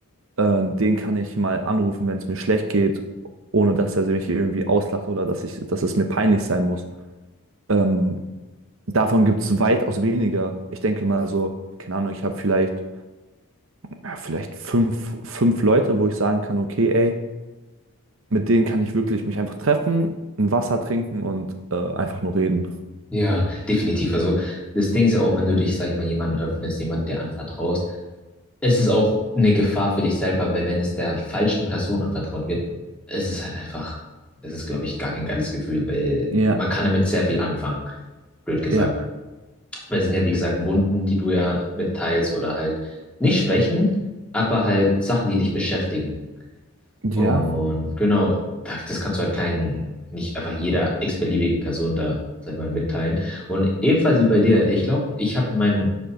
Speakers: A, on the right; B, in the centre.
A: äh, den kann ich mal anrufen, wenn es mir schlecht geht, ohne dass er mich irgendwie auslacht oder dass ich, dass es mir peinlich sein muss. Ähm, davon gibt es weitaus weniger. Ich denke mal so, keine Ahnung, ich habe vielleicht, ja, vielleicht fünf, fünf Leute, wo ich sagen kann, okay, ey, mit denen kann ich wirklich mich einfach treffen, ein Wasser trinken und äh, einfach nur reden.
B: Ja, definitiv. Also das Ding ist ja auch, wenn du dich, sag ich mal, jemandem öffnest, jemand der anvertraust, es ist auch eine Gefahr für dich selber, weil wenn es der falschen Person anvertraut wird, es ist halt einfach, es ist, glaube ich, gar kein geiles Gefühl, weil
A: Ja,
B: man kann damit sehr viel anfangen, blöd gesagt.
A: ja,
B: Weil es sind ja, wie gesagt, Wunden, die du ja mitteilst oder halt nicht Schwächen, aber halt Sachen, die dich beschäftigen.
A: ja.
B: Und genau, da- das kannst du halt keinen, nicht einfach jeder x-beliebigen Person da, sag ich mal, mitteilen. Und ebenfalls wie bei dir, ich glaube, ich habe in meinem